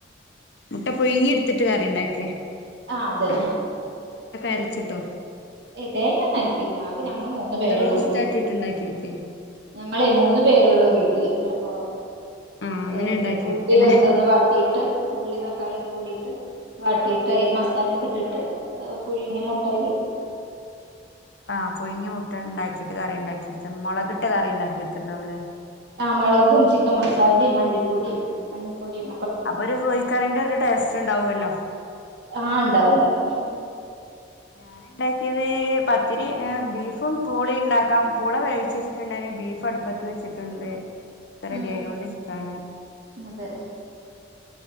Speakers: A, on the left; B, on the right.
A: മുട്ട പുഴുങ്ങിട്ത്തിട്ട് കറിണ്ടാക്കേ
B: ആഹ് അതെ പി
A: അരച്ചിട്ടോ
B: എഹ് തേങ്ങന്നരക്കില്ല ആകെ ഞങ്ങള് മൂന്ന്
A: മുട്ട
B: പേരുള്ളു
A: റോസ്റ്റ്
B: വീട്ടില്
A: ആക്കിട്ട് ഉണ്ടാക്കിയെടുക്കേ
B: ഞങ്ങളെയ് മൂന്ന് പേരുള്ളൂ വീട്ടില് അപ്പൊ
A: ആഹ് അങ്ങനെ
B: ഏഹ്
A: ഉണ്ടാക്കിയെടുക്കല്ലേ
B: ഉള്ളി വെർതൊന്ന് വാട്ടിയിട്ട് ഉള്ളി തക്കാളിയൊക്കെ കൂടിട്ട് വാട്ടിയി ടയില് മസാലൊക്കെ ഇട്ടിട്ട് പുഴുങ്ങിയ മുട്ട അയ്ലിടും
A: ആഹ് പുഴുങ്ങിയ മുട്ടണ്ടാക്കിയിട്ട് കറി ഉണ്ടാക്കിയെടുത്ത് മൊളകിട്ട കറിണ്ടാക്കിയെടുത്തിണ്ടാവൂലേ
B: ആഹ് മൊളകും ചിക്കൻ മസാലിം മല്ലിപ്പൊടിം മഞ്ഞപ്പൊടിം
A: അപ്പൊരു കോഴിക്കറിന്റെ ഒരു ടേസ്റ്റ്ണ്ടാവുല്ലോ
B: ആഹ് ണ്ടാവും ണ്ടാവും
A: ഞാന്ണ്ടാക്കിയത് പ ത്തിരി ബീഫും പൂളീം ഉണ്ടാക്കാം പൂള വേവിച്ചച്ചിട്ടുണ്ടായിന് ബീഫ് അടുപ്പത്ത് വെച്ചിട്ടുണ്ട് <unintelligible> റെഡി
B: ഉം
A: ആയോണ്ട് ഇരിക്കാണ്
B: അതെ